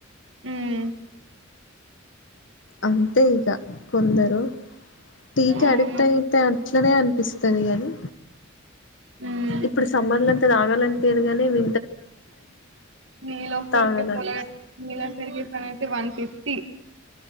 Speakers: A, on the right; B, on the left.
A: ఆహ్
B: అంతే ఇక కొందరు టీ కడిక్ట్
A: అవును
B: అయితే అట్లనే అనిపిస్తుంది తెల్యాలి
A: ఉమ్
B: ఇప్పుడు సమ్మర్ లో అంత తాగాలనిపియ్యదు కానీ వ్
A: నీలాఫర్
B: తాగాలనిపిస్తది
A: కేఫే నీలోఫర్ కి ఫ్యాన్ వన్ ఫిఫ్టీ